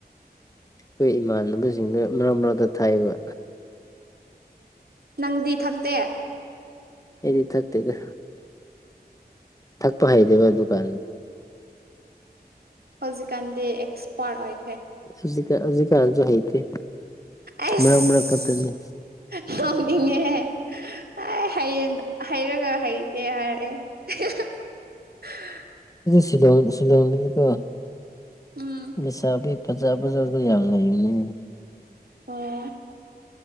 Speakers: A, on the left; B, on the right.
A: ꯑꯩꯈꯣꯏ ꯏꯃꯥꯟꯅꯕꯁꯤꯡꯗꯨ ꯃꯔꯛ ꯃꯔꯛꯇ ꯊꯥꯏꯕ
B: ꯅꯪꯗꯤ ꯊꯛꯇꯦ
A: ꯑꯩꯗꯤ ꯊꯥꯛꯇꯦꯗ ꯊꯛꯄ ꯍꯩꯗꯦꯕ ꯗꯨꯀꯥꯟ
B: ꯍꯧꯖꯤꯛꯀꯥꯟꯗꯤ ꯑꯦꯛꯁꯄꯥꯔꯠ ꯑꯣꯏ
A: ꯍꯧꯖꯤꯀꯟ ꯍꯧꯖꯤꯀꯥꯟꯁꯨ ꯍꯩꯇꯦ
B: ꯑꯁ
A: ꯃꯔꯛ ꯃꯔꯛ ꯈꯛꯇꯅꯤ
B: ꯂꯣꯡꯉꯦ ꯑꯩ ꯍꯩꯔ ꯍꯩꯔꯒ ꯍꯩꯇꯦ ꯍꯥꯏꯔꯑꯦ <unintelligible>
A: ꯁꯤꯂꯣꯡ ꯁꯤꯂꯣꯡꯗꯀꯣ
B: ꯎꯝ
A: ꯅꯤꯁꯥꯕꯤ ꯐꯖ ꯐꯖꯁꯨ ꯌꯥꯝ ꯂꯩꯕꯅꯦ
B: ꯑꯣ